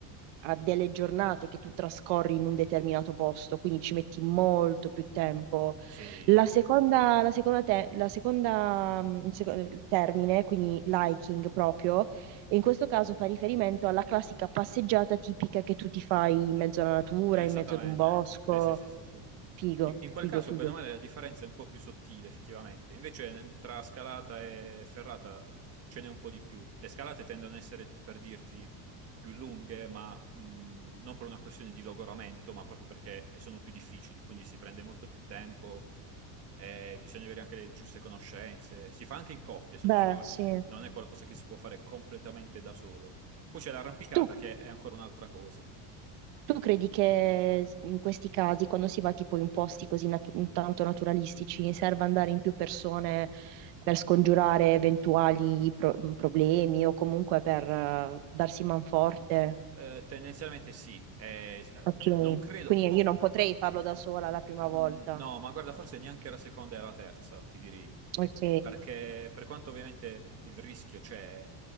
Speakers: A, on the right; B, on the right.
A: a delle giornate che tu trascorri in un determinato posto, quindi ci metti molto più tempo.
B: Sì,
A: La seconda, la seconda, te- la seconda, mm, il seco- il termine, quindi liking proprio, e in questo caso fa riferimento alla classica passeggiata tipica che tu ti fai in mezzo alla natura,
B: eh,
A: in
B: esattamente.
A: mezzo ad un bosco.
B: Sì, sì, sì, sì, sì.
A: Figo,
B: In, in quel
A: figo,
B: caso,
A: figo.
B: bene o male, la differenza è un po' più sottile, effettivamente. Invece, ne- tra scalata e ferrata ce n'è un po' di più. Le scalate tendono a essere, per dirti, più lunghe, ma mh, non per una questione di logoramento, ma proprio perché sono più difficili, quindi si prende molto più tempo, eh, bisogna avere anche le giuste conoscenze. Si fa anche in coppia, se
A: Beh,
B: non sbaglio.
A: sì.
B: Non è qualcosa che si può fare completamente da solo. Poi c'è l'arrampicata
A: Tu
B: che è ancora un'altra cosa.
A: Tu credi che in questi casi, quando si va tipo in posti così natu- tanto naturalistici, serva andare in più persone per scongiurare eventuali pro- mm, problemi o comunque per eh, darsi manforte?
B: Eh, tendenzialmente sì, Eh, s- eh,
A: Ok,
B: non credo,
A: quindi
B: po-
A: io non potrei farlo da sola la prima
B: mh,
A: volta.
B: no, ma guarda, forse neanche la seconda e la terza, ti direi,
A: Ok,
B: perché per quanto ovviamente il rischio c'è,